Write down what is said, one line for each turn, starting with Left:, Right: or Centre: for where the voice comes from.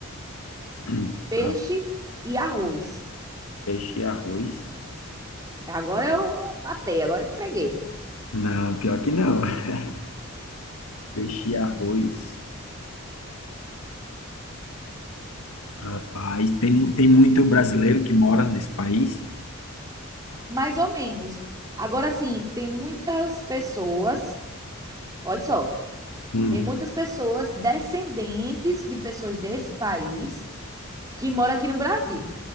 Left: <clears throat>
Right: Peixe
Left: Ah,
Right: e arroz.
Left: peixe e arroz.
Right: Agora eu matei, agora entreguei.
Left: Não, pior que não. <laughs> Peixe e arroz. Rapaz, tem, mu- tem muito brasileiro que mora nesse país.
Right: Mais ou menos. Agora sim, tem muitas pessoas, olha só,
Left: Hum.
Right: tem muitas pessoas descendentes de pessoas desse país que moram aqui no Brasil.